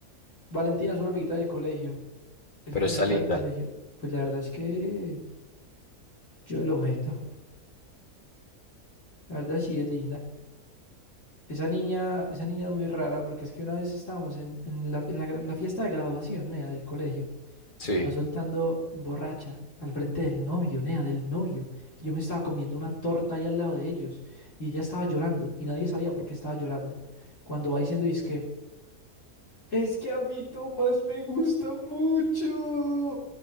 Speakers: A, on the left; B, on the left.
A: Valentina es una amiguita del colegio, es
B: Pero
A: una
B: está
A: amiguita
B: linda.
A: del colegio. Pues la verdad es que yo lo meto. La verdad sí es linda. Esa niña, esa niña es muy rara porque es que una vez estábamos en, en la, en la gra- la fiesta de graduación, nea, del colegio.
B: Sí.
A: va soltando borracha al frente del novio, nea, del novio. Yo me estaba comiendo una torta ahí al lado de ellos y ella estaba llorando y nadie sabía por qué estaba llorando. Cuando va diciendo, es que, es que a mí Tomás me gusta mucho.